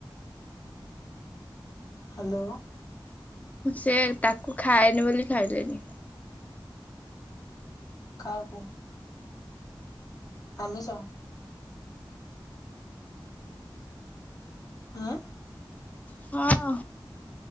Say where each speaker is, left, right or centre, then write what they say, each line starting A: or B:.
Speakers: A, on the left; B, on the left.
A: ହ୍ୟାଲୋ।
B: ସେ ତାକୁ ଖାଏନି ବୋଲି ଖାଇଲେନି।
A: କାହାକୁ? ଆମିଷ ଆଁ
B: ହଁ।